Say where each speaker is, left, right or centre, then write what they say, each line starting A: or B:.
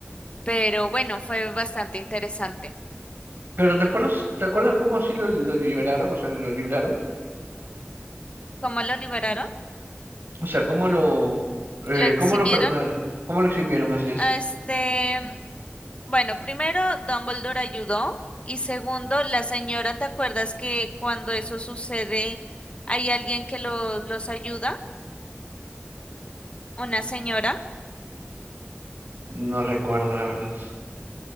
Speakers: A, on the left (about 30°); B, on the right (about 60°).
A: Pero bueno, fue bastante interesante.
B: Pero ¿te acuerdas, te acuerdas cómo así lo, lo liberaron? O sea, lo libraron.
A: ¿Cómo lo liberaron?
B: O sea, ¿cómo lo, eh,
A: Lo eximieron.
B: cómo lo perdonaron? ¿Cómo lo eximieron? Así es.
A: a Este, bueno, primero Dumbledore ayudó y segundo, la señora, ¿te acuerdas que cuando eso sucede hay alguien que los, los ayuda? una señora,
B: No recuerdo, la verdad.